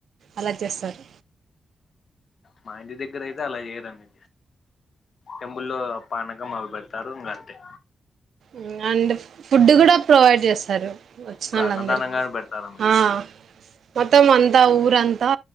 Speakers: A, on the right (about 75°); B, on the left (about 45°).
A: అలా చేస్తారు
B: మా ఇంటి దగ్గర అయితే అలా చేయరండి టెంపుల్లో పానాకం అవి పెడతారు ఇంగంతే
A: హు అండ్ ఫుడ్ కూడా ప్రొవైడ్ చేస్తారు వచ్చినోళ్ళందరికి
B: ఒక అన్నదానంగానే
A: అందరికి
B: పెడతారా మీరు
A: ఆ మొత్తం అం అంత ఊరంతా